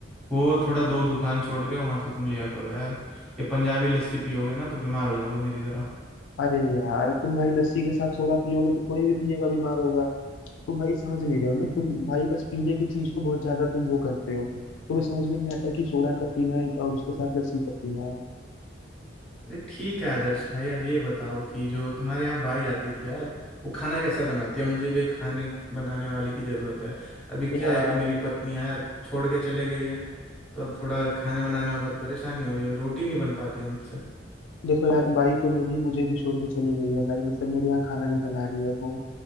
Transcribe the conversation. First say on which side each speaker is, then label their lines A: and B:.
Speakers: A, in the centre; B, on the left (about 85°).
A: वो थोड़ा दो दुकान छोड़ के वहां से तुम लिया करो यार ये पंजाबी लस्सी पियोगे ना तो बीमार हो जाओगे मेरी तरह
B: अरे यार तुम भाई लस्सी के साथ सोडा पियोगे तो कोई भी पिएगा बीमार होगा तुम भाई समझ नहीं रहे हो ना तुम भाई बस पीने की चीज को बहुत ज्यादा तुम वो करते हो तुम्हें समझ में नहीं आता कि सोडा कब पीना है और उसके साथ लस्सी कब पीना है
A: अरे ठीक है आदर्श भाई यार ये बताओ कि जो तुम्हारे यहाँ बाई आती थी यार वो खाना कैसा बनाती है मुझे भी एक खाने बनाने वाले की जरूरत है अभी
B: यार
A: क्या है कि मेरी पत्नी यार छोड़ के चले गई है तो अब थोड़ा खाने बनाने में बहुत परेशानी हो रही है रोटी नहीं बन पाती है मुझसे
B: देखो यार बाई तो मेरी मुझे भी छोड़ के चली गई है भाई मतलब मेरे यहाँ खाना नहीं बना रही है वो